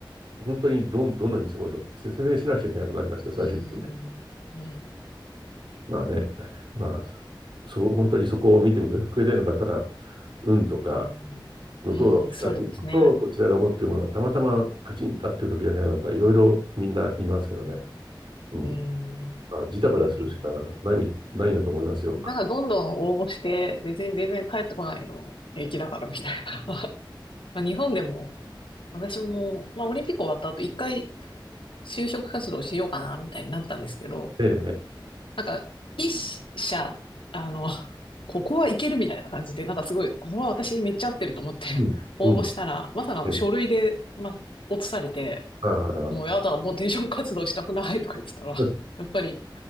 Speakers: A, on the right (about 70°); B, on the left (about 80°).
A: 本当にどん、どんなにすごいのって説明しなくちゃいけなくなるじゃないですか、最終的にね。
B: う。うん。うん。
A: まあね、まあ、そう、本当にそこを見てくれてるのか、ただ、運とか、
B: うん。
A: 向こうが欲しかったものと、
B: うん。そうですね。
A: こちらが持ってるものがたまたまカチンと合ってる時だけなのか、いろいろみんな言いますけどね。
B: うん。
A: うん。
B: うん。ですよね。
A: まあ、ジタバタするしかないみ、ないなと思いますよ。
B: なんかどんどん応募して、別に全然帰ってこないの平気だからみたいな。<laughs> まあ日本でも、私も、まあオリンピック終わった後一回就職活動しようかなみたいになったんですけど、
A: ええ。
B: なんか一社、あの、<laughs> ここはいけるみたいな感じで、なんかすごい、ここは私にめっちゃ合ってると思って応募したら、
A: うん。うん。
B: まさかの書類で、
A: ええ。
B: まあ、落とされて、
A: ああ。
B: もうやだ、もう転職活動したくないとか言ってたら、
A: <laughs>
B: やっぱり